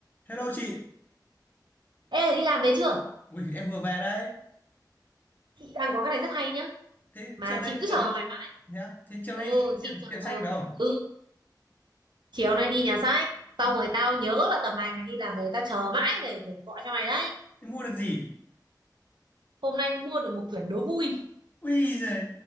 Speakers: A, on the left; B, on the right.
A: Hello chị,
B: Ê đi làm về chưa?
A: Ui, em vừa về đấy.
B: Chị đang có cái này rất hay nhá.
A: Thế
B: Mà
A: chiều nay
B: chị cứ
A: vừa
B: chờ
A: đi
B: mày mãi.
A: nhá. Thế chiều
B: Ừ
A: nay đi tiệm,
B: chị chờ.
A: tiệm sách phải không?
B: Ừ chiều nay đi nhà sách. Xong
A: Mua,
B: rồi tao nhớ là tầm này mày đi làm về tao chờ mãi để, để gọi cho mày đấy.
A: thế mua được gì?
B: Hôm nay mua được một quyển đố vui.
A: Ui giời,